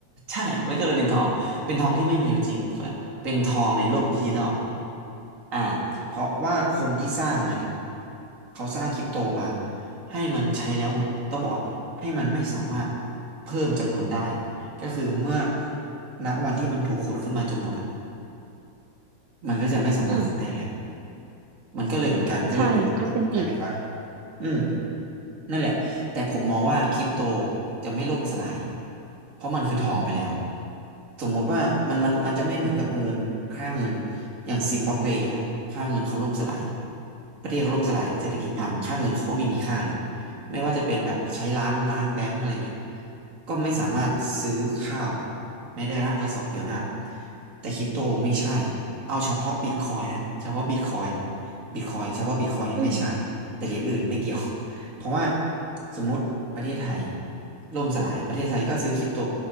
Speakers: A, on the right (about 30°); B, on the right (about 80°).
A: ใช่มันก็เลยเป็นทองเป็นทองที่ไม่มีอยู่จริงเขาเรียกเป็นทองในโลกดิจิทัลอ่าเพราะว่าคนที่สร้างมันเนี่ยเขาสร้างคริปโตมาให้มันใช้แล้วหมดต้องบอกว่าให้มันไม่สามารถเพิ่มจำนวนได้ก็คือเมื่อณวันที่มันถูกขุดขึ้นมาจนหมดอะ มันก็จะไม่สามารถขุดได้แล้ว
B: อืม
A: มันก็เลยเหมือนกันก็เลยเป็นกลายเป็นว่า
B: ใช่ก็จริงอีก
A: อืมนั่นแหละ แต่ผมมองว่าคริปโตจะไม่ล่มสลาย เพราะมันคือทองไปแล้ว สมมุติว่ามันมันมันจะไม่เหมือนกับเงินค่าเงินอย่างซิมบับเวฮะค่าเงินเขาล่มสลายประเทศเขาล่มสลายเศรษฐกิจพังค่าเงินเขาก็ไม่มีค่าเลยไม่ว่าจะเป็นแบบใช้ล้านล้านแบงก์อะไรเงี้ยก็ไม่สามารถซื้อข้าวแม้แต่กระทั่งกระสอบเดียวได้แต่คริปโตไม่ใช่เอาเฉพาะบิตคอยนะเฉพาะบิตคอยบิตคอยเฉพาะบิตคอยเนี่ยไม่ใช่
B: อืม
A: แต่เหรียญอื่นไม่เกี่ยว <laughs> เพราะว่าสมมุติประเทศไทยล่มสลาย ประเทศไทยก็ซื้อคริปโต